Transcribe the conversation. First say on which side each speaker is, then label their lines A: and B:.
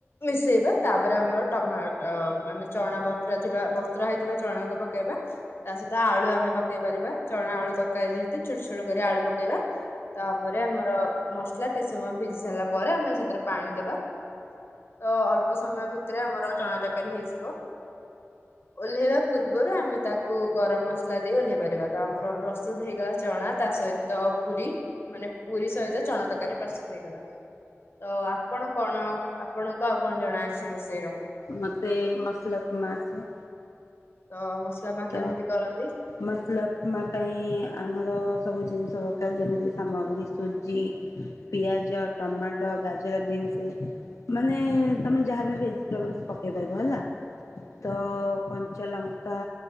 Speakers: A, on the left; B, on the left.
A: ମିଶେଇବା ତାପରେ ଆମର ଟମାଟ ମାନେ ଚଣା ବତ୍ରା ଥିବା ବତ୍ରା ହେଇଥିବା ଚଣାକୁ ପକ୍ କେଇବା। ତା ସହିତ ଆଳୁ ଆମେ ପକେଇ ପାରିବା ଚଣା ଆଳୁ ତରକାରୀ ଯେହେତୁ ଛୋଟ ଛୋଟ କରି ଆଳୁ ପକେଇବା। ତାପରେ ଆମର ମସଲା କେତେ ସମୟ ଭିଜି ସାରିଲା ପରେ ଆମେ ସେଥିରେ ପାଣି ଦେବା। ତ ଅଳ୍ପ ସମୟ ଭିତରେ ଆମର ଚଣା ତରକାରୀ ହେଇଯିବ। ଓହ୍ଲେଇବା ପୂର୍ବରୁ ଆମେ ତାକ କୁ ଗରମ ମସଲା ଦେଇ ଓହ୍ଲେଇ ପାରିବା ତ ଆମର ପ୍ରସ୍ତୁତ ହେଇଗଲା ଚଣା ତା ସହିତ ପୁରୀ। ମାନେ ପୁରୀ ସହିତ ଚଣ ତରକାରୀ ପ୍ରସ୍ତୁତ ହେଇଗଲା। ତ ଆପଣ କଣ ଆପଣଙ୍କୁ ଆଉ କଣ ଜଣା ଅଛି ରୋଷେଇ ର?
B: ମୋତେ ମସଲା ଉପମା ଆସେ।
A: ତ ମସଲା ଉପମା
B: ତ
A: କେମିତି କରନ୍ତି?
B: ମସଲା ଉପମା ପାଇଁ ଆମର ସବୁ ଜିନିଷ ଦରକାର ଯେମିତି ସାମଗ୍ରୀ ସୁଜି। ପିଆଜ, ଟମାଟୋ, ଗାଜର, ବିିନସ୍। ମାନେ ତମେ ଯାହାବି ଭେଜିଟେବଲସ୍ ପକେଇ ପାରିବ ହେଲା। ତ କଞ୍ଚାଲଙ୍କା